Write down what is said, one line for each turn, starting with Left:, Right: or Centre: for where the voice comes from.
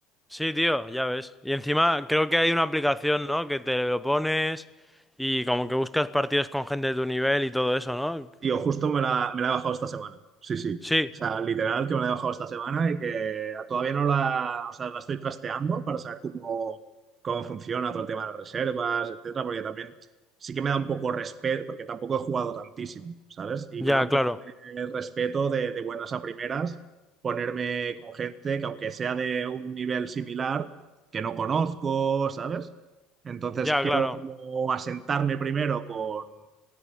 Centre: Sí, tío, ya ves. Y encima creo que hay una aplicación, ¿no? Que te lo pones y como que buscas partidos con gente de tu nivel y todo eso, ¿no?
Right: Tío, justo me la, me la he bajado esta semana. Sí, sí.
Centre: Sí,
Right: O sea, literal que me la he bajado esta semana y que todavía no la, o sea, la estoy trasteando para saber cómo, cómo funciona todo el tema de las reservas, etcétera, porque también sí que me da un poco respeto, porque tampoco he jugado tantísimo, ¿sabes? Y
Centre: ya,
Right: me da un
Centre: claro.
Right: poco de respeto de, de buenas a primeras ponerme con gente que aunque sea de un nivel similar, que no conozco, ¿sabes? Entonces
Centre: Ya,
Right: quiero
Centre: claro.
Right: como asentarme primero con